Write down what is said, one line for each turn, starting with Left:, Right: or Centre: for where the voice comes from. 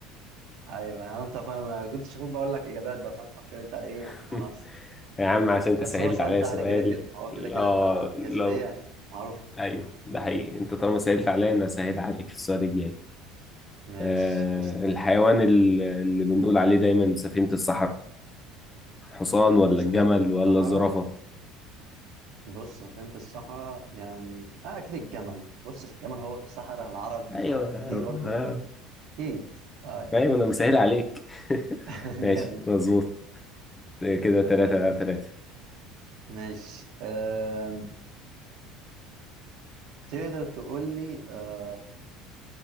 Right: ايوه يعني انت فاهم أنا كنت شوفوك بقول لك اجابات بقى فاهم فكر انت ايه يعني
Left: <laughs>
Right: على نفسك
Left: يا عم عشان انت
Right: بس
Left: سهلت
Right: هو سؤال
Left: عليا
Right: سهل
Left: سؤال
Right: كده كده هو كده كده
Left: اه
Right: بتاع جاذبيه
Left: لو
Right: يعني معروف
Left: ايوه ده حقيقي انت طالما سهلت عليا انا سهل عليك في السؤال الجاي
Right: مش
Left: آه،
Right: قشطة.
Left: الحيوان ال- اللي بنقول عليه دايما سفينة الصحراء حصان ولا
Right: سفينه
Left: الجمل
Right: الصحراء
Left: ولا الزرافة
Right: بص سفينه الصحراء يعني اه اكيد الجمل بص الجمل هو في الصحراء العرب
Left: ايوه
Right: فدي برضو
Left: آه،
Right: اكيد اه
Left: ايوه انا مسهل عليك <laughs>
Right: <laughs>
Left: ماشي
Right: جامد
Left: مظبوط كده تلاتة
Right: تمام
Left: تلاتة
Right: ماشي آه، تقدر تقول لي آه،